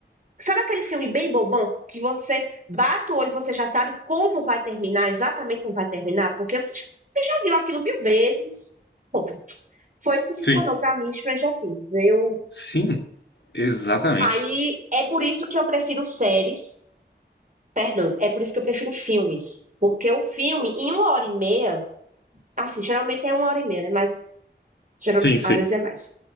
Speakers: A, on the right; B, on the left.
A: Sabe aquele filme bem bobão que você bate o olho, e você já sabe como vai terminar, exatamente como vai terminar, porque você já, você já viu aquilo mil vezes. Pô, foi isso que se
B: sim.
A: tornou pra mim Stranger Things. Eu
B: Sim, exatamente.
A: aí é por isso que eu prefiro séries, perdão, é por isso que eu prefiro filmes, porque o filme em uma hora e meia, assim, geralmente é uma hora e meia, né? Mas Geral-
B: Sim, sim.
A: Às vezes é mais.